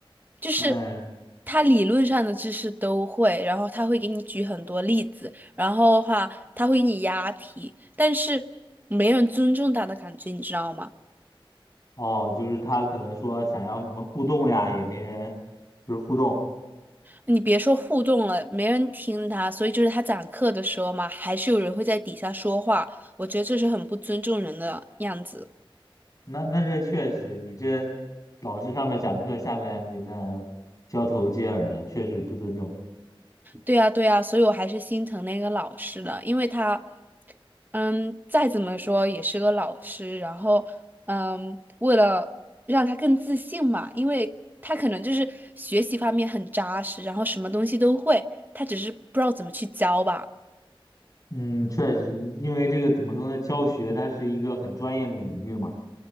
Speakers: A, on the right; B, on the left.
A: 就是
B: 嗯。
A: 他理论上的知识都会，然后他会给你举很多例子，然后的话他会给你押题，但是没人尊重他的感觉，你知道吗？
B: 哦，就是他可能说想要什么互动呀，也没人就是互动。
A: 你别说互动了，没人听他，所以就是他讲课的时候嘛，还是有人会在底下说话，我觉得这是很不尊重人的样子。
B: 那那这确实，你这老师上面讲课，下面给那交头接耳的，确实不尊重。
A: 对呀，对呀，所以我还是心疼那个老师的，因为他，嗯，再怎么说也是个老师，然后，嗯，为了让他更自信嘛，因为他可能就是学习方面很扎实，然后什么东西都会，他只是不知道怎么去教吧。
B: 嗯，确实，因为这个怎么说呢，教学它是一个很专业的领域嘛，